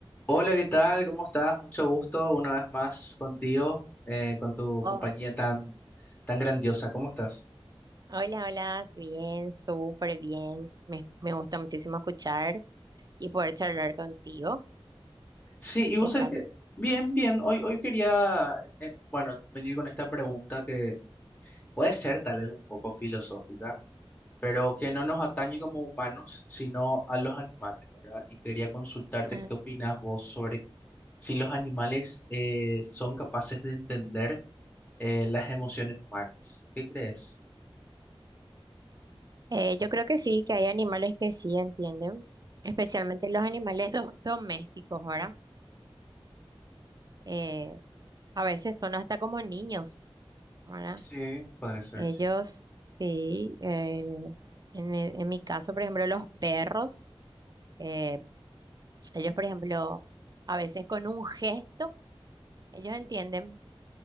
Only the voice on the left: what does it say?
Hola, ¿qué tal? ¿Cómo estás? Mucho gusto una vez más contigo, eh, con tu
compañía tan, tan grandiosa. ¿Cómo estás?
Sí, y vos
sabés que, bien, bien, hoy, hoy quería, eh, bueno, venir con esta pregunta que puede ser tal vez un poco filosófica, pero que no nos atañe como humanos, sino a los animales, ¿verdad? Y quería consultarte
qué opinás vos sobre si los animales eh, son capaces de entender eh, las emociones humanas. ¿Qué crees?
Sí, podría ser,
sí.